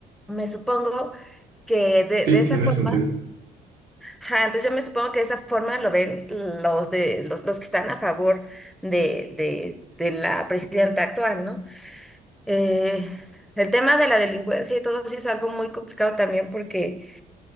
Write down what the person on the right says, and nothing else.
Sí,
tiene
sentido.